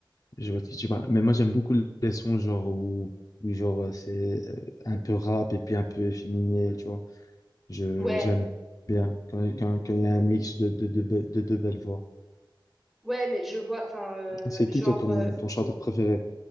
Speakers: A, on the left; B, in the centre.
A: Je vois de qui tu parles. Mais moi, j'aime beaucoup les sons genre où, où genre euh, c'est euh, un peu rap et puis un peu efféminé, tu vois. Je
B: Ouais,
A: j'aime bien quand quand quand il y a un mix de de de, be- de deux belles voix.
B: ouais, mais je vois, enfin euh,
A: C'est
B: genre,
A: qui toi ton
B: euh,
A: ton chanteur préféré?